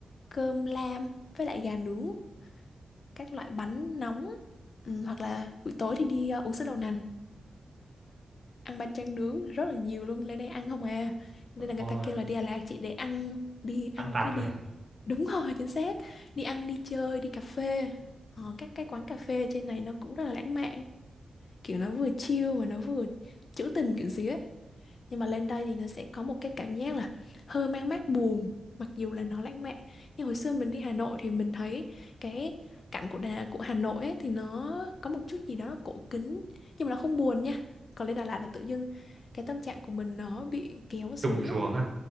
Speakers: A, on the left (about 60°); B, on the right (about 40°).
A: cơm lam với lại gà nướng. các loại bánh nóng ừ, hoặc là buổi tối thì đi ờ, uống sữa đậu nành ăn bánh tráng nướng rất là nhiều luôn lên đây ăn không à nên là người
B: Ôi,
A: ta kêu là đi Đà Lạt chỉ để ăn đi ăn
B: ăn vặt
A: với đi
B: rồi, <laughs>
A: đúng rồi chính xác đi ăn đi chơi đi cà phê ờ, các cái quán cà phê trên này nó cũng rất là lãng mạn kiểu nó vừa chill mà nó vừa trữ tình kiểu gì ấy nhưng mà lên đây thì nó sẽ có một cái cảm giác là hơi mang mát buồn mặc dù là nó lãng mạn nhưng hồi xưa mình đi Hà Nội thì mình thấy cái cảnh của Đà của Hà Nội ấy, thì nó có một chút gì đó nó cổ kính nhưng mà nó không buồn nha còn lên Đà Lạt là tự dưng cái tâm trạng của mình nó bị kéo xuống
B: trùng xuống
A: ấy
B: á.